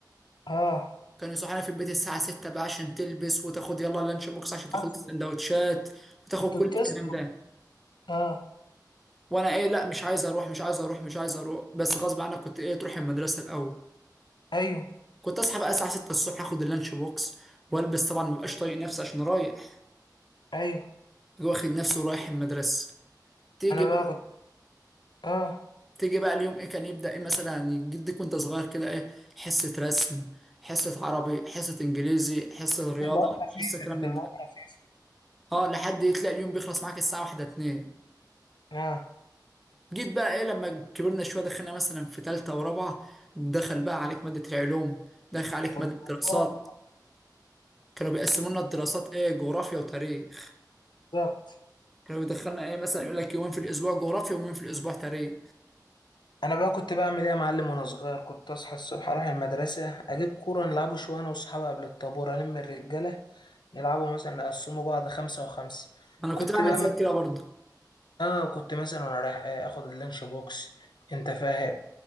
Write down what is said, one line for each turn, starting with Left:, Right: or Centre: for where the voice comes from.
Left: اه
Centre: كانوا يصحوني في البيت الساعه 6 بقى عشان تلبس وتاخد يلا اللانش بوكس عشان تاخد
Left: عارفه
Centre: السندوتشات وتاخد
Left: كنت
Centre: كل
Left: بتسهر
Centre: الكلام ده
Left: اه
Centre: وانا ايه لا مش عايز اروح مش عايز اروح مش عايز اروح بس غصب عنك كنت ايه تروح المدرسه الاول
Left: ايوه
Centre: كنت اصحى بقى الساعه 6 الصبح اخد اللانش بوكس والبس طبعا مبقاش طايق نفسي عشان رايح
Left: ايوه
Centre: واخد نفسي ورايح المدرسه تيجي
Left: انا
Centre: بقى
Left: بقى كنت اه
Centre: تيجي بقى اليوم ايه كان يبدا ايه مثلا جدك وانت صغير كده ايه حصه رسم حصه عربي حصه انجليزي حصه رياضه
Left: كانت المواد خفيفه
Centre: حصه كلام
Left: كانت
Centre: من
Left: المواد
Centre: ده
Left: خفيفه
Centre: اه لحد ايه تلاقي اليوم بيخلص معاك الساعه 1 2
Left: اه
Centre: جيت بقى ايه لما كبرنا شويه دخلنا مثلا في ثالثه ورابعه دخل بقى عليك ماده العلوم دخل عليك
Left: والضباط-
Centre: ماده الدراسات كانوا بيقسموا لنا الدراسات ايه جغرافيا وتاريخ
Left: بالظبط
Centre: كانوا بيدخلنا ايه مثلا يقول لك يومين في الاسبوع جغرافيا ويومين في الاسبوع تاريخ
Left: انا بقى كنت بعمل ايه يا معلم وانا صغير كنت اصحى الصبح اروح المدرسه اجيب كوره نلعبه شويه انا واصحابي قبل الطابور الم الرجاله نلعبه مثلا نقسمه بعض خمسة وخمسة
Centre: انا كنت
Left: كنت
Centre: بعمل
Left: بقى
Centre: زي
Left: م...
Centre: كده برضه
Left: اه كنت مثلا وانا رايح آه، اخد اللانش بوكس انت فاهم